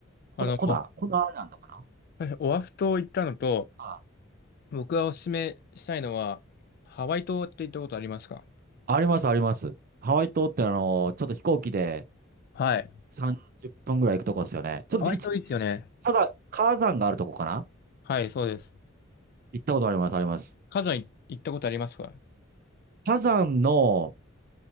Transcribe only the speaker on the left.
あの、
オアフ島行ったのと、
僕がおすすめしたいのは、ハワイ島って行ったことありますか
はい。
ハワイ島いいですよね。
はい、そうです。
カズさい行ったことありますか